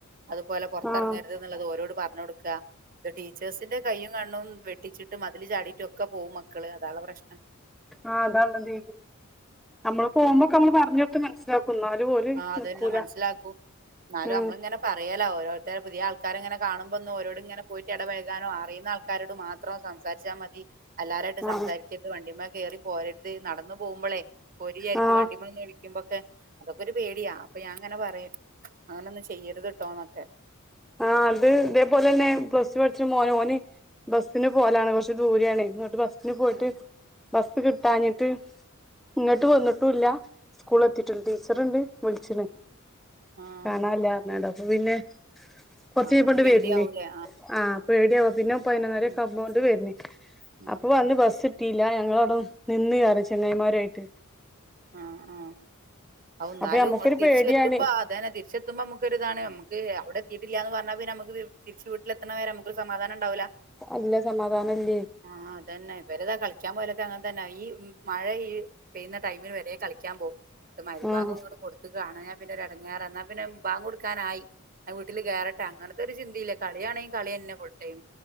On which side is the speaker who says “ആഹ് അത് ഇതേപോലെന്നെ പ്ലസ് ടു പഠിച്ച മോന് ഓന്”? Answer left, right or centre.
Centre